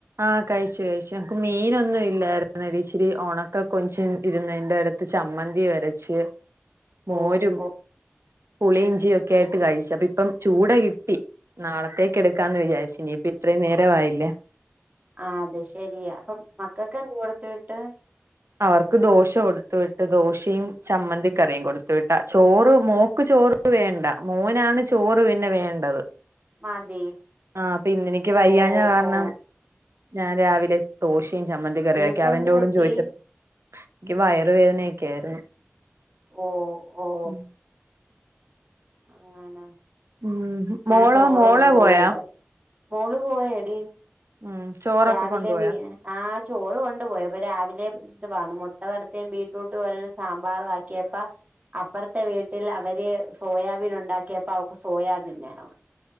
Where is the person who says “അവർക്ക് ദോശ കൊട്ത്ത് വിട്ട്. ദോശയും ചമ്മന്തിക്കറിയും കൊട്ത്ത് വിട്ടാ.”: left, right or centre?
Right